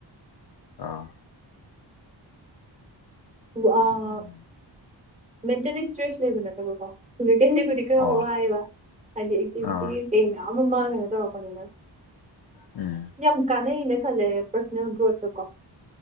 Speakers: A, on the left (about 55°); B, on the right (about 15°).
A: ꯑꯥ
B: ꯑꯥ
A: ꯎꯝ
B: ꯃꯦꯟꯇꯦꯜꯂꯤ ꯏꯁꯇ꯭ꯔꯦꯁ ꯂꯩꯕ ꯅꯠꯇꯕꯀꯣ ꯐꯤꯖꯤꯀꯦꯜꯂꯤꯕꯨꯗꯤ ꯈꯔ
A: ꯑꯣ
B: ꯋꯥꯏꯑꯦꯕ ꯍꯥꯏꯗꯤ ꯑꯦꯛꯇꯤꯚꯤꯇꯤ
A: ꯑꯥ
B: ꯀ ꯃꯌꯥꯝ ꯑꯃ ꯃꯥꯡꯉꯦꯅ ꯇꯧꯔꯛꯄꯅꯤꯅ
A: ꯎꯝ
B: ꯌꯥꯝ ꯀꯥꯟꯅꯩꯅ ꯈꯜꯂꯦ ꯄ꯭ꯔꯁꯣꯅꯦꯜ ꯒ꯭ꯔꯣꯠꯇ ꯀꯣ